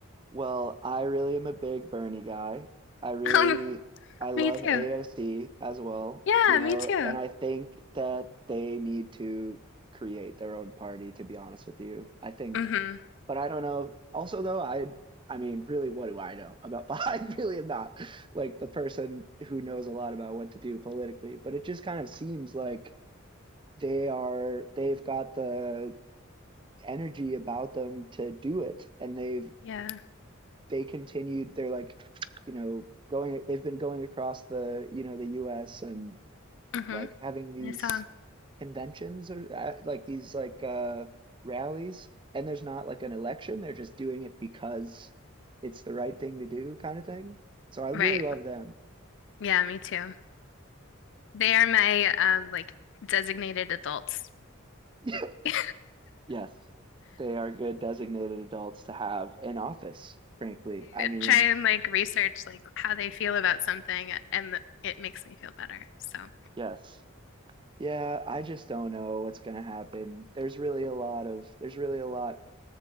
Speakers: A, on the right (about 25°); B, on the left (about 60°).
A: Well, I really am a big Bernie guy. I really
B: <laughs> Um,
A: I love
B: me too.
A: AOC as well,
B: Yeah,
A: you know,
B: me too.
A: and I think that they need to create their own party, to be honest with you. I think,
B: Mm-hmm.
A: but I don't know. Also though, I I mean, really, what do I know about <laughs> I really am not like the person who knows a lot about what to do politically, but it just kind of seems like they are they've got the energy about them to do it and they've
B: Yeah.
A: they continued they're like you know going they've been going across the you know the US and
B: Mm-hmm.
A: like having these
B: I saw.
A: conventions or uh, like these like uh rallies and there's not like an election they're just doing it because it's the right thing to do kind of thing so I really
B: Right.
A: love them
B: Yeah, me too. They are my um like designated adults.
A: <laughs>
B: <laughs> I
A: yes they are good designated adults to have in office frankly I mean
B: try and like research like how they feel about something and it makes me feel better. So,
A: yes yeah I just don't know what's going to happen there's really a lot of there's really a lot